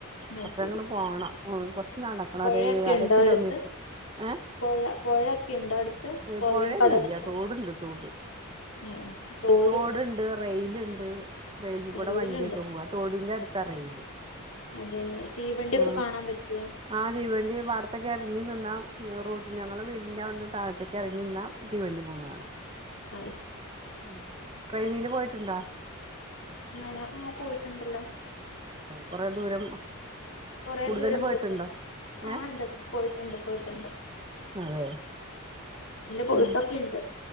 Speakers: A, on the left; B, on the right.
A: അത്
B: കുറച്ചങ്ങിട്
A: ശരി
B: പോണം. ഉം കൊർ നടക്കണം
A: പുഴയൊക്കെ
B: ഒരു അര
A: ഉണ്ടോ
B: കിലോമീറ്റർ.
A: അടുത്ത്
B: ഏ?
A: പുഴ പുഴയൊക്കെ ഉണ്ടോ അടുത്ത് പുഴയും
B: പുഴയൊന്നും
A: കടലൊക്കെ
B: ഇല്ല്യാ, തോടുണ്ട് തോട്.
A: ആ ആ തോട്
B: തൊടുണ്ട്, റെയിലിണ്ട്. റെയിലിൽ കൂട
A: റീലുണ്ട്
B: വണ്ടിയൊക്കെ പോവാ, തോടിന്റടുത്താ റെയില്.
A: അത് തീവണ്ടിയൊക്കെ
B: ആ
A: കാണാൻ പറ്റുവോ
B: ആ തീവണ്ടി പാടത്തേക്കെറങ്ങി നിന്നാ റൂട്ട് ഞങ്ങള് വീടിന്റെ അവി താഴത്തേക്ക് ഇറങ്ങി നിന്നാ തീവണ്ടി പോണ കാണാം.
A: അത്
B: ഉം. ട്രെയിനില് പോയിട്ടിണ്ട?
A: ഞാനാ? ആ പോയിട്ടുണ്ടല്ലോ.
B: കുറേ ദൂരം?
A: കൊറെ
B: കൂടുതൽ
A: ദൂരം
B: പോയിട്ടുണ്ടോ
A: പോയിട്ടുണ്ട്, ആഹ്
B: ഏ
A: ഇണ്ട് ഇണ്ട് പോയിട്ടിണ്ട് പോയിട്ടിണ്ട്.
B: അതെ.
A: പോയിട്ടൊക്കെണ്ട്
B: ഉം